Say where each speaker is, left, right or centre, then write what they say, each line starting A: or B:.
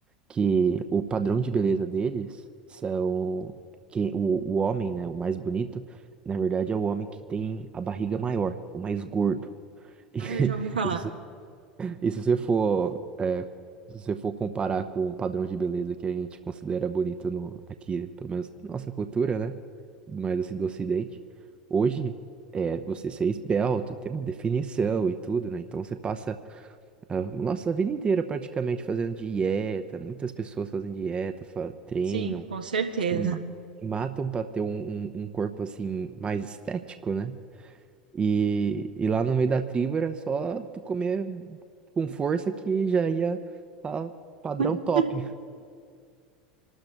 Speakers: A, on the right (about 20°); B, on the right (about 75°).
A: que o padrão de beleza deles são que o, o homem, né, o mais bonito, na verdade é o homem que tem a barriga maior, o mais gordo. <laughs>
B: Ah, eu já ouvi falar.
A: E, e se você for, é, se você for comparar com o padrão de beleza que a gente considera bonito no, aqui, pelo menos na nossa cultura, né? Mais assim do Ocidente, hoje é você ser esbelto, ter uma definição e tudo, né? Então você passa a nossa vida inteira praticamente fazendo dieta, muitas pessoas fazem dieta, fa- treinam,
B: Sim, com certeza.
A: se ma- se matam para ter um, um um corpo assim mais estético, né? E, e lá no meio da tribo era só tu comer com força que já ia tá padrão
B: <laughs>
A: top.